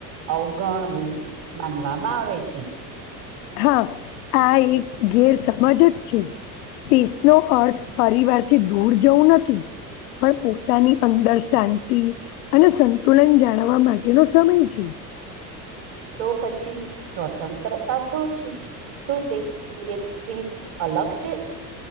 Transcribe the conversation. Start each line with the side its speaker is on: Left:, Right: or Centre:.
Right: અવગણવું માનવામાં આવે છે.
Left: હા આ એક ગેર સમાજ જ છે. સ્પેસ નો અર્થ પરિવારથી દૂર જવું નથી. પણ પોતાની અંદર શાંતિ અને સંતુલન જાણવા માટેનો સમય છે.
Right: તો પછી સ્વતંત્રતા શું છે? શું તેથી અલગ છે.